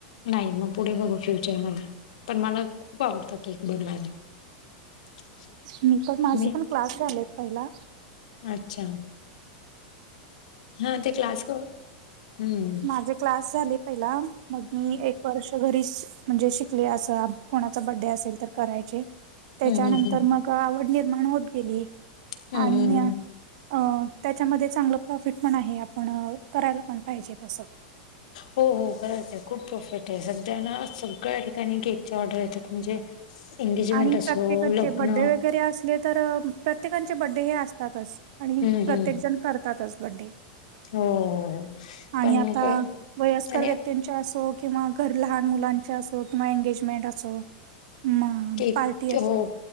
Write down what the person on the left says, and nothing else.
नाही मग पुढे बघू फ्युचर मध्ये पण मला खूप आवडतं केक बनवायला. <unintelligible>
मी
अच्छा. हा ते क्लास कर हम्म
हं, हं, हं.
हं,
हं, हं.
हो हो खरंच आहे खूप प्रॉफिट आहे सध्या ना सगळ्या ठिकाणी केकच्या ऑर्डर येतात म्हणजे एंगेजमेंट
असो
लग्न
हम्म
हम्म
हो हो
पण
क
आणि
केक
हो